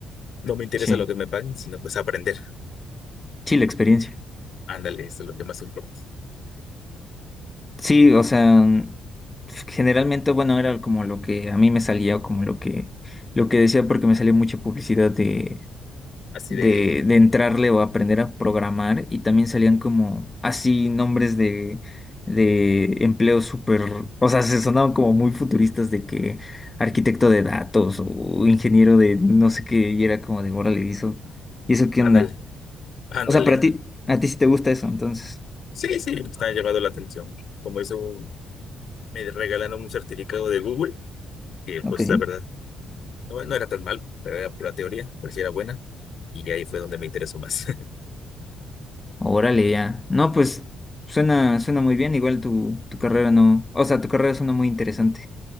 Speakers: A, on the left (about 60°); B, on the left (about 20°).
A: no me interesa
B: Sí,
A: lo que me paguen, sino pues aprender.
B: sí, la experiencia.
A: Ándale, eso es lo que más importa.
B: Sí, o sea, mm, generalmente, bueno, era como lo que a mí me salía o como lo que lo que decía porque me salía mucha publicidad de
A: Así
B: de,
A: de,
B: de entrarle o aprender a programar y también salían como así nombres de, de empleos súper, o sea, se sonaban como muy futuristas de que arquitecto de datos o ingeniero de no sé qué y era como de, órale, ¿y eso, ¿y eso qué
A: ándale,
B: onda?
A: ándale.
B: O sea, para ti, a ti sí te gusta eso, entonces.
A: Sí, sí, me está llamando la atención. Como hizo un, me regalaron un certificado de Google, que pues
B: Ok.
A: la verdad No, no era tan malo, pero era pura teoría, pero sí era buena. Y ahí fue donde me interesó más. <laughs>
B: Órale, ya. No, pues suena, suena muy bien, igual tu, tu carrera no, o sea, tu carrera suena muy interesante.